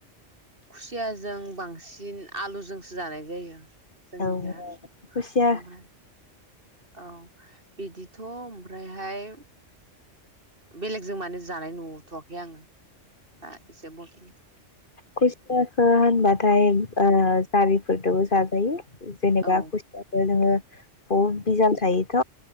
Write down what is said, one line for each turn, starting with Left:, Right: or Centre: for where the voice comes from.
Right: खुसियाजों बांसिन आलुजोंसो जानाय जायो जोंनि
Left: औ
Right: जा
Left: खुसिया
Right: ओमफाय औ। बिदिथ' ओमफ्रायहाय बेलेगजों माने जानाय नुथ'वाखै आङो। दा एसे बस
Left: खुसयस ओ होनबाथाय ओ जारिफोरदोबो जाजायो। जेनेबा
Right: औ
Left: खुसियाखो जोङो बहुद बिजाल थायोथ।